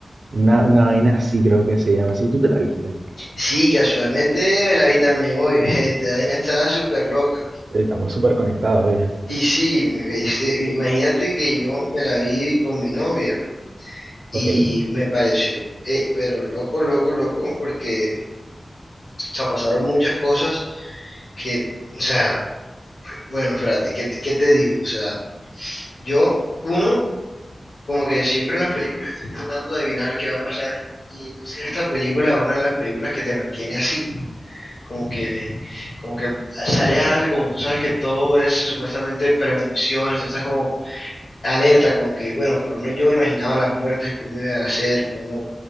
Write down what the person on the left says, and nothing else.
Sí, casualmente me la vi también hoy, <laughs> esta vaina estaba súper loca.
Y sí, este, imagínate que yo me la vi con mi novia y
me pareció, eh, pero loco, loco, loco, porque, o sea, pasaron muchas cosas que, o sea, bueno, espérate, ¿qué te, qué te digo? O sea, yo, uno... Como que siempre en las películas estoy tratando de adivinar qué va a pasar. Y entonces esta película es una de las películas que te mantiene así, como que, como que sale algo y como tú sabes que todo es supuestamente premoniciones, tú estás como alerta, como que, bueno, por lo menos yo me imaginaba las muertes, cómo iban a ser, cómo,